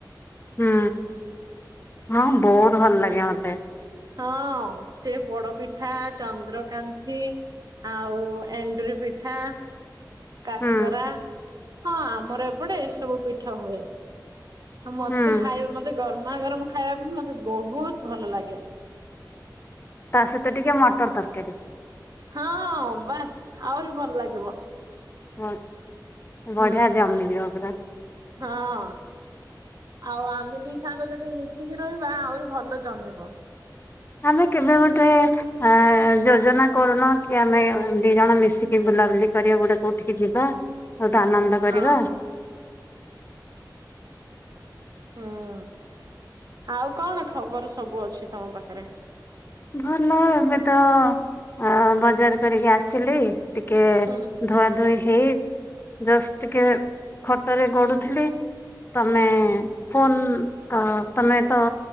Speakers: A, on the left (about 30°); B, on the right (about 60°).
A: ହୁଁ ହଁ ବହୁତ ଭଲ ଲାଗେ ମତେ।
B: ହଁ ସେ ପୋଡ ପିଠା ଚନ୍ଦ୍ରକାନ୍ନ୍ତିି। ଆଉ ଏଣ୍ଡୁରି ପିଠା କାକରା
A: ହୁଁ
B: ହଁ ଆମର ଏପ୍ ପଡେ ଏ ସବୁ ପିଠା ହୁଏ। ଆଉ ମତେ
A: ହୁଁ।
B: ଖାଇବେ ମତେ ଗରମା ଗରମ ଖାଇବା ବି ମତେ ବହୁତ ଭଲ ଲାଗେ।
A: ତା ସହିତ ଟିକେ ମଟର ତରକାରୀ।
B: ହଁ ବାସ୍ ଆହୁରି ଭଲ ଲାଗିବ।
A: ହଁ
B: ହୁଁ
A: ବଢ଼ିଆ ଜମି ଜିବ ପୁରା।
B: ହଁ। ଆଉ ଆମେ ଦି ସାଙ୍ଗ ଯଦି ମିଶିକି ରହିବା ଆହୁରି ଭଲ ଜମିବ।
A: ଆମେ କେବେ ଗୋଟେ ଆ ଯୋଜନା କରୁନ କି ଆମେ ଦି ଜଣ ମିଶିକି ବୁଲାବୁଲି କରିବା ଗୋଟେ କଉଠିକି ଯିବା। ବହୁତ୍ ଆନନ୍ଦ
B: ହଁ।
A: କରିବା।
B: ହୁଁ ଆଉ କଣ ଖବର ସବୁ ଅଛି ତମ ପାଖରେ?
A: ଭଲ ଏବେ ତ ଅ ବଜାର କରିକି ଆସିଲି। ଟିକେ
B: ହୁଁ,
A: ଧୁଆ ଧୁଇ ହେଇ ଜଷ୍ଟ ଟିକେ ଖଟରେ ଗଡୁଥିଲି। ତମେ ଫୋନ ତ ତମେ ତ